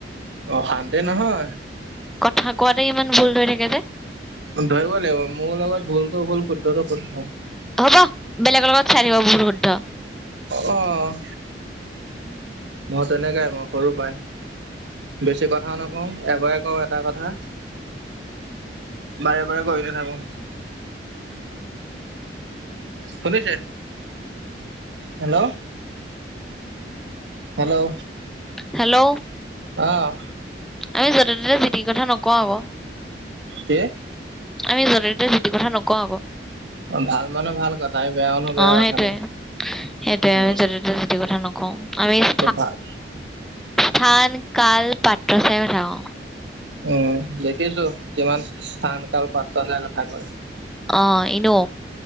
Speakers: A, on the right; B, in the centre.
A: অ শান্তি নহয়।
B: কথা কোৱাটাই ইমান ভুল হৈ থাকে যে।
A: ধৰিব লাগিব মোৰ লগত ভুলতটো ভুল শুদ্ধটো শুদ্ধ।
B: হ'ব বেলেগৰ লগত চাইথাকিবা ভূল শুদ্ধ।
A: অঁ
B: উম <inaudible>
A: অ' তেনেকাই মই সৰু পাই। বেছি কথাও নকওঁ এবাৰে কওঁ এটা কথা। বাৰে বাৰে কৰি নাথাকো। শুনিছে হেল্ল'। হেল্ল'।
B: হেল্ল'।
A: অহ
B: আমি য'তে ত'তে জি চিৰ কথা নকওঁ আকৌ।
A: তে
B: আমি যতে তটে যি তি কথা নকওঁ আকৌ।
A: অ ভাল মানুহ ভাল কথা আমি বেয়া মানুহ বেয়া
B: অ
A: কথা
B: সেইটোয়ে।
A: ন
B: সেইটোয়ে
A: অ
B: আমি যতে তাকে জি কথা নকওঁ। আমি স
A: ত ভাল
B: স্থান কাল পাত্ৰহে বনাও।
A: উ দেখিছো কিমান স্থান কাল পাত্ৰ য কথা কয়।
B: অ ইনো।